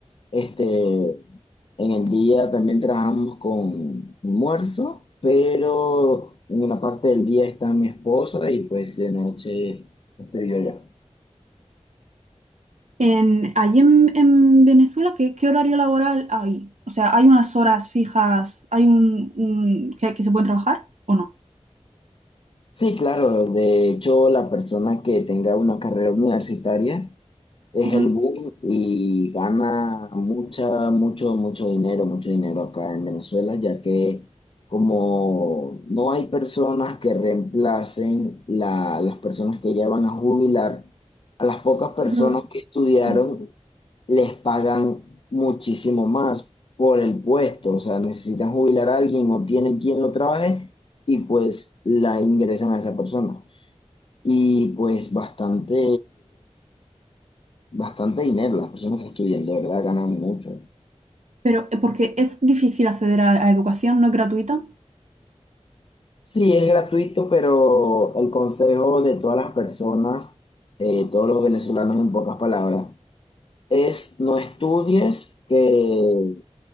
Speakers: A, on the left; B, on the right.
A: este, en el día también trabajamos con almuerzo, pero en una parte del día está mi esposa y pues de noche estoy yo ya.
B: En, allí en, en Venezuela, ¿qué, qué horario laboral hay? O sea, ¿hay unas horas fijas, hay un, un- que, que se pueden trabajar o no?
A: Sí, claro. De hecho, la persona que tenga una carrera universitaria es
B: Ujú,
A: el boom y gana mucha, mucho, mucho dinero, mucho dinero acá en Venezuela, ya que como no hay personas que reemplacen la- las personas que ya van a jubilar, a las pocas personas
B: ujú.
A: que estudiaron
B: Sí.
A: les pagan muchísimo más por el puesto, o sea, necesitan jubilar a alguien, no tienen quien lo trabaje y pues la ingresan a esa persona. Y pues bastante, bastante dinero. Las personas que estudian, de verdad, ganan mucho.
B: Pero eh, porque es difícil acceder a, a educación, no es gratuita.
A: Sí, es gratuito, pero el consejo de todas las personas, eh, todos los venezolanos en pocas palabras, es no estudies que,